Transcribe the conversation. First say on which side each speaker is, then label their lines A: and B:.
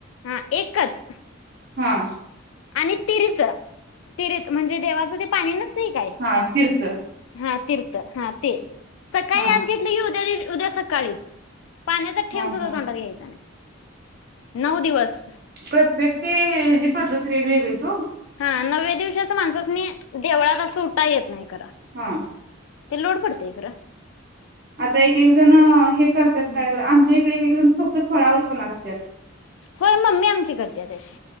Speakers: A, on the left; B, on the right.
A: हा एकच
B: हा
A: आणि तीर्थ तीर्थ म्हणजे देवाचं ते पाणी नस नाही काय
B: हा तीर्थ
A: हा तीर्थ हा ते सकाळी
B: हा
A: आज घेतलं की उद्या उद्या सकाळीच पाण्याचा ठेब
B: हा
A: सुद्धा
B: हा
A: तोंडात घ्यायचा नाही नऊ दिवस
B: प्रत्ये ते पद्धती वेग वगळेचो
A: हा नवव्या दिवशी असं माणसस म देवळात असं उठा येत नाही करा
B: हा
A: ते लोड पडतय खरा.
B: आता एक एक जण हे. ते करतात
A: हम्म
B: काय बरं आमच्या. फक्त एक एक जण फळावर पण असतात.
A: होय मम्मी आमची करते तशी.